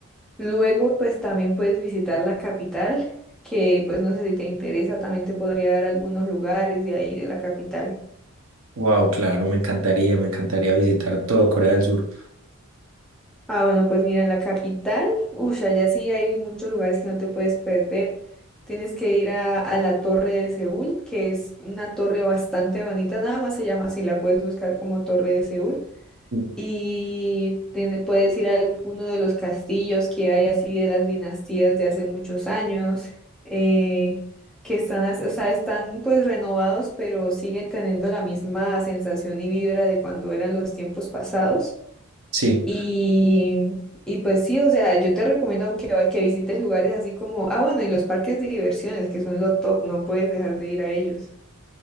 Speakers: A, in the centre; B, on the right.
A: Luego, pues también puedes visitar la capital, que pues no sé si te interesa, también te podría dar algunos lugares de ahí, de la capital.
B: Wow, claro, me encantaría, me encantaría visitar todo Corea del Sur.
A: Ah, bueno, pues mira, en la capital, uy, allá sí hay muchos lugares que no te puedes perder. Tienes que ir a, a la Torre de Seúl, que es una torre bastante bonita, nada más se llama así, la puedes buscar como Torre de Seúl.
B: Ujú.
A: y te puedes ir a alguno de los castillos que hay así de las dinastías de hace muchos años, eh, que están, as- o sea, están pues renovados, pero siguen teniendo la misma sensación y vibra de cuando eran los tiempos pasados.
B: Sí.
A: Y, y pues sí, o sea, yo te recomiendo que, va- que visites lugares así como, ah, bueno, y los parques de diversiones, que son lo top, no puedes dejar de ir a ellos.